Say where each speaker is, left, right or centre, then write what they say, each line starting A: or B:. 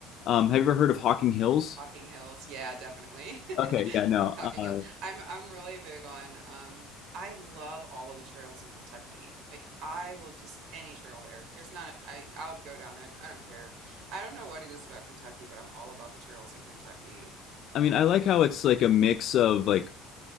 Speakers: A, on the left; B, on the right.
A: Um, have you ever heard of Hocking Hills?
B: Hocking Hills. Yeah, definitely.
A: Okay,
B: <laughs>
A: yeah, no.
B: Hocking
A: Uh,
B: Hills. I'm I'm really big on um I love all of the trails in Kentucky. Like I will just any trail there. There's not I I'll go down it. I don't care. I don't know what it is about Kentucky, but I'm all about the trails in Kentucky.
A: I mean, I like how it's like a mix of like